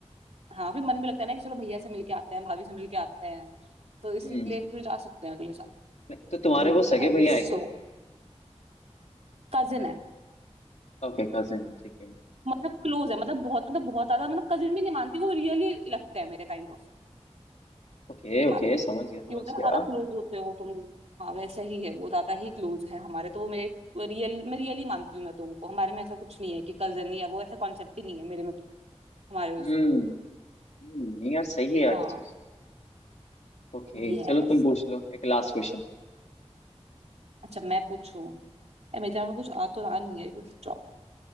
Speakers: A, on the right (about 70°); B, on the left (about 75°).
A: हाँ फिर मन भी लगता है ना कि चलो भैया से मिलके आते हैं भाभी से मिलके आते हैं तो इसलिए
B: हम्म
A: फिर जा सकते हैं अगले साल
B: नहीं, तो तुम्हारे
A: हम्म
B: वो सगे
A: आई विश
B: भैया है क्या
A: सो कजिन है
B: ओके कजिन ठीक है
A: मतलब क्लोज है मतलब बहुत मतलब बहुत ज्यादा मतलब कजिन भी नहीं मानती वो रियली लगते हैं मेरे काइंड ऑफ
B: ओके
A: ये मान
B: ओके
A: लो
B: समझ गया समझ
A: कि होता है ना
B: गया
A: ज्यादा क्लोज होते हो तुम लोग हाँ वैसा ही है वो ज्यादा ही क्लोज है हमारे तो वो मेरे रियल मैं रियली मानती हूँ मैं तुमको हमारे में ऐसा कुछ नहीं है कि कजन या वो ऐसा कॉन्सेप्ट ही नहीं है मेरे में तो हमारे
B: हम्म
A: उसमें
B: नहीं यार सही है यार
A: हाँ
B: ये चीज ओके
A: यस
B: चलो तुम पूछ लो एक लास्ट क्वेश्चन
A: अच्छा मैं पूछूं यार मेरे दिमाग में कुछ आ तो रहा नहीं है बस जाओ